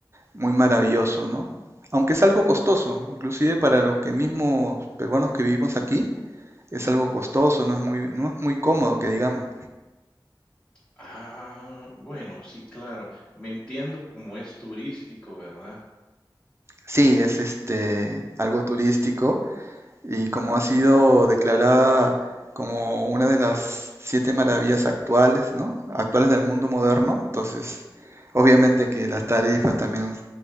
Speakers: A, on the right; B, on the left.
A: muy maravilloso, ¿no? Aunque es algo costoso, inclusive para los que mismos peruanos que vivimos aquí, es algo costoso, no es muy, no es muy cómodo que digamos.
B: Ah, bueno, sí, claro. Me entiendo como es turístico, ¿verdad?
A: Sí, es este algo turístico y como ha sido declarada como una de las siete maravillas actuales, ¿no? Actuales del mundo moderno, entonces obviamente que las tarifas también